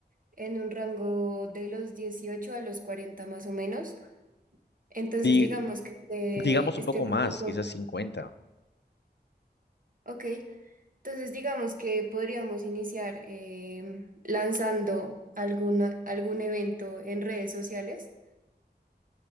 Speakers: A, on the right; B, on the left.
A: en un rango de los 18 a los 40 más o menos. Entonces,
B: Di-
A: digamos que este,
B: digamos un
A: este
B: poco
A: público,
B: más, quizás 50.
A: ok, entonces digamos que podríamos iniciar em, lanzando alguna, algún evento en redes sociales